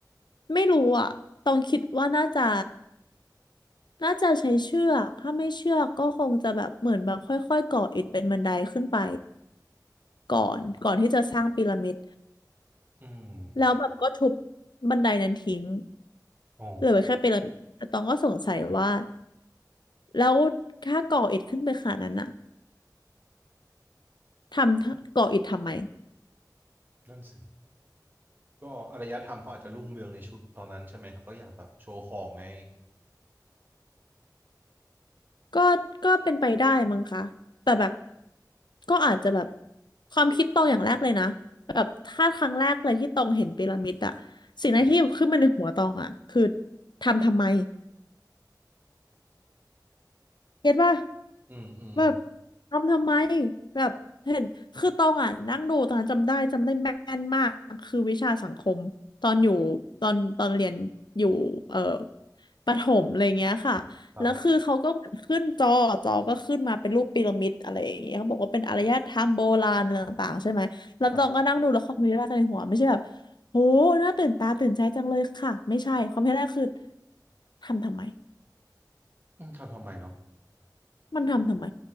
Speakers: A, on the left; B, on the right.
A: ไม่รู้อ่ะต้องคิดว่าน่าจะ น่าจะใช้เชือกถ้าไม่เชือกก็คงจะแบบเหมือนแบบค่อยๆก่ออิฐเป็นบันไดขึ้นไปก่อนก่อนที่จะสร้างพีระมิด
B: อืม
A: แล้วแบบก็ทุบบันไดนั้นทิ้ง
B: อ๋อ
A: เหลือไว้แค่พีระมิดแต่ตองก็สงสัยว่าแล้วถ้าก่ออิฐขึ้นไปขนาดนั้นอะทำก่ออิฐทำไม
B: นั่นสิ ก็อารยธรรมเขาอาจจะรุ่งเรืองในชุดตอนนั้นใช่ไหมครับก็อยากแบบโชว์ของไง
A: ก็ก็เป็นไปได้มั้งคะแต่แบบก็อาจจะแบบความคิดตรงอย่างแรกเลยนะแบบถ้าครั้งแรกเลยที่ตองเห็นพีระมิดอะสิ่งแรกที่ขึ้นมาในหัวตองอะคือ
B: ครับ
A: ทำทำไม เก็ตป่ะ
B: อืมอืม
A: แบบทำทำไมแบบเห็นคือตองอ่ะนั่งดูตอนนั้นจำได้จำได้แม่นมากคือวิชาสังคมตอนอยู่ตอนตอนเรียนอยู่เอ่อประถมอะไรเงี้ยค่ะแล้วคือเขาก็เหมือนขึ้นจอจอก็ขึ้นมาเป็นรูปพีระมิดอะไรอย่างเงี้ยเขาบอกว่าเป็นอารยธรรมโบราณอะไรต่างๆใช่ไหมแล้วตองก็นั่งดูแล้วคอมเมนต์แรกในหัวไม่ใช่แบบโหน่าตื่นตาตื่นใจจังเลยค่ะไม่ใช่คอมเมนต์แรกคือ
B: ครับครับ
A: ทำทำไม
B: อืมทำทำไมเนาะ
A: มันทำทำไม